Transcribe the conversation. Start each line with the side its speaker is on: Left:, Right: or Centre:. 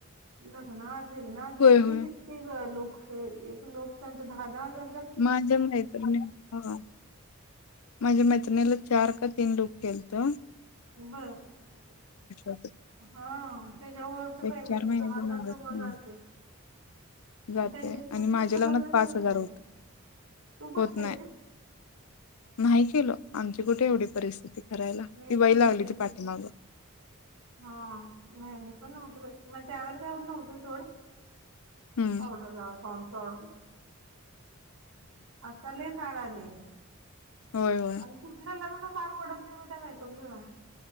Right: लग्नात
Left: होय
Right: किती
Left: होय.
Right: किती लोक. हे एक लोक त्यांचा दहा दहाहजार.
Left: माझ्या मैत्रिणींना. माझ्या मैत्रिणीला चार का तीन लुक केलतो.
Right: बर
Left: होतं.
Right: हा त्याच्या वरच पेमेंट
Left: एक चार महिन्याच्या
Right: दहा हजारच्या
Left: मागच
Right: वर जाते
Left: जाते
Right: आणि त्यांच्याशिवाय
Left: आणि माझ्या
Right: कुठलं
Left: लग्नात
Right: लग्नच
Left: पाच
Right: होत
Left: हजार
Right: नाही तू पण
Left: होत
Right: केल
Left: नाही.
Right: ते.
Left: नाही केलं आमची कुठे एवढी परिस्थिती. करायला.
Right: मी
Left: ती
Right: पण नाही
Left: लागली
Right: बाई
Left: ती पाठीमाग.
Right: केलोहा म मी. पण नव्हतो मग त्यावर काय एवढं नव्हतं सोड.
Left: हम्म
Right: पावडर लाव. पार्सल. आता लिप. खाडा नाही.
Left: होय होय.
Right: आणि कुठ गेलं ग? पार पडत नाही मग त्या मेकअप शिवाय